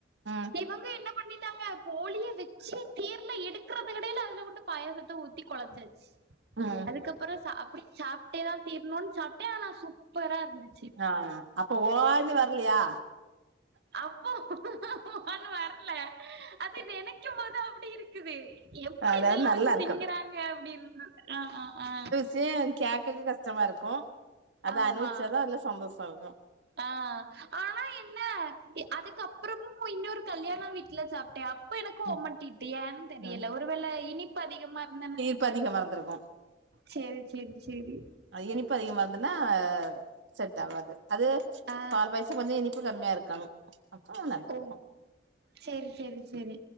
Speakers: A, on the right (about 85°); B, on the right (about 60°).
A: ம்
B: இவங்க என்ன பண்ணிட்டாங்கப்போ ஒளிய வச்சு தேர்ல எடுக்கறதுக் கெடையில அதுல கொண்டு பாயசத்த ஊத்தி கொழச்சாச்சு
A: அ
B: அதுக்கப்றோ சா அப்டே சாப்பிட்டே தா தீரணுன் சாப்ட்டே ஆனா சூப்பரா இருந்து
A: ஆ அப்போ ஓ ன்னு வர்லயா
B: அப்போ ஒன்னு வரல அது நெனைக்கு போது அப்டி இருக்குது எப்டி
A: அதாவது
B: இதெல்லா
A: நல்லா
B: வச்சி
A: இருக்கு
B: திங்கிறாங்க அப்டி ஆ ஆ ஆ
A: சே கேக்கதுக்கு கஷ்டமா இருக்கு அத
B: ஆமா
A: அனுபவிச்சாதா அதுல்ல சந்தோஷ இருக்கு
B: ஆ ஆனா என்ன அதுக்குப்புறமு இன்னொரு கல்யாண வீட்ல சாப்ட்டே அப்ப எனக்கு ஓமட்டிட்டு
A: ம்
B: ஏன் தெரியல
A: ம்
B: ஒரு வேள இனிப்பு அதிகமா இருந்தனு
A: உப்பு அதிகமா இருந்துருக்கு
B: சேரி சேரி சேரி
A: அது இனிப்பு அதிகமா வந்துன்னா அ அ செட் ஆவாது அது
B: ஆ
A: பால் பாயசா கொஞ்சோ இனிப்பு கம்மியா இருக்கனு அப்ப நல்லாருக்கு
B: ஓ சேரி சேரி சேரி